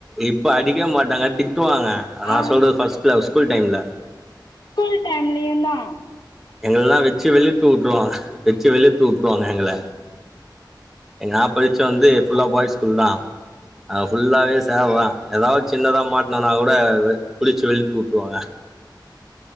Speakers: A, in the centre; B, on the left.
A: இப்போ அடிக்க மாட்டாங்க திட்டுவாங்க
B: ஆ
A: நா சொல்றது ஃபஸ்ட்டுல ஸ்கூல் டைமில்ல
B: ஸ்கூல் டைம்மில்லயுதா
A: எங்கலெல்லா வெச்சு வெளுத்து உட்டுவாங்க வெச்சு வெளுத்து உட்டுருவாங்க எங்கள எ நா படிச்சது வந்து ஃபுல்ல பாய் ஸ்கூல் தா அ ஃபுல்லாவே சார்தா ஏதாவது சின்னதாக மாட்னனாக் கூட புடிச்சு வெளுத்து உட்டுருவாங்க